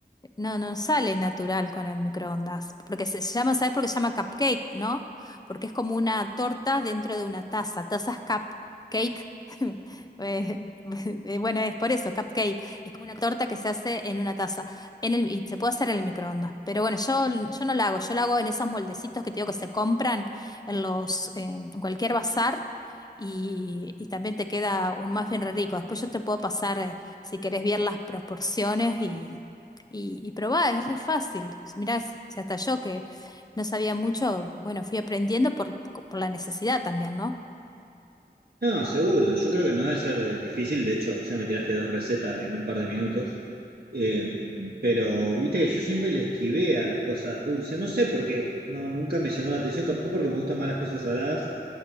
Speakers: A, on the left (about 25°); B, on the right (about 60°).
A: no, no sale natural con el microondas, porque se se llama, ¿sabes por qué se llama cupcake, no? Porque es como una torta dentro de una taza, tazas cupcake. <laughs> Eh, <laughs> eh, Bueno, es por eso, cupcake. Es como una torta que se hace en una taza. En el, y se puede hacer en el microondas. Pero bueno, yo, yo no la hago. Yo la hago en esos moldecitos que te digo que se compran en los, eh, en cualquier bazar. Y, y también te queda un muffin re rico. Después yo te puedo pasar, eh, si querés, ver las proporciones y y, y probá, es re fácil. Mirá, si si hasta yo que no sabía mucho, bueno, fui aprendiendo por, por la necesidad también, ¿no?
B: No, seguro. Yo creo que no debe ser eh, difícil. De hecho, ya me tiraste dos recetas en un par de minutos. Em, pero viste que yo siempre le esquivé a las cosas dulces. No sé por qué. No, nunca me llamó la atención. Capaz porque me gustan más las cosas saladas.